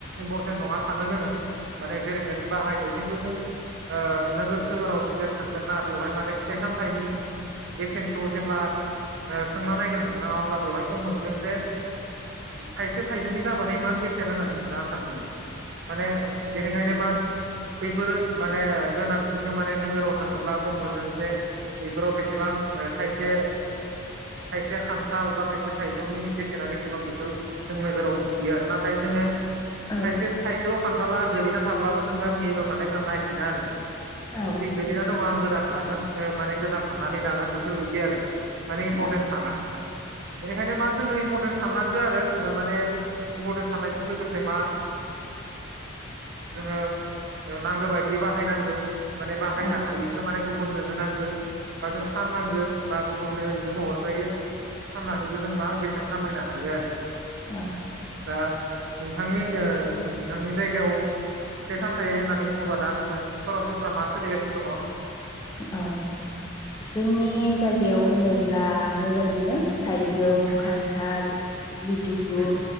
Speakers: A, on the right; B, on the left.
A: इम्परटेन्ट नङा सानो जोङो । माने जेरै बाहायो खिन्थुों नोगोर सोहोराव जुदि थांगोन ना बेवहाय माने फिथाइ सामथायाइनि । बेसेनखौ जेब्ला सोंना नायगोन नोंथाङा अब्ला बेवहायबो मोनगोन जे थाइसे थाइजौनि दामानो इमान बेसेन होननानै नोंथाङा सानगोन माने बेनिखायनो मा बेफोरो माने गोनांथिखौ माने नोजोराव थाङोब्ला गम मोनो जे बेफोराव बेसेबां थाइसे थाइसे खान्थाल बा थायसे थाइजौनि बेसेना बेसे दं बेखौ जों नोगोराव मिथियो आरोना । फाय जोङो
B: औ
A: थाइसे खायद'आव खान्थाला गोलैना थाब्लाबो जों गामि एरियायाव थानायफोरा नायफिना आरो
B: औ
A: बिदि गोलैना दङ आं गोदान जागोन माने गोदान हाननानै जागोन बेफोरबायदि आरो माने
B: औ
A: इम्परटेन्स साना बेनिखायनो मा जोङो इम्परटेन्स साननांगौ आरो माने इमपरटेन्स । साननायजों लोगोसे मा जोङो नांगौ बायदियै बाहायनांगौ माने बाहायनो
B: औ
A: हायिखौ माने गुबुननो होनांगौ बा जों फाननांगो बा गुबुननो ओरैनोबो हरजायो फाननानैबो जों मा बेसेन खामायनो हायो आरो ।
B: औ ।
A: दा नोंथांनि नोंथांनि जायगायाव बे सामथाय होननानै बुङोबा <inaudible> सरासनफ्रा मा सोलिगासिनो दङ ।
B: औ जोंनि जायगायाव होनोब्ला बेबायदिनो थाइजौ
A: दङ
B: खान्थाल लिथुकु
A: उम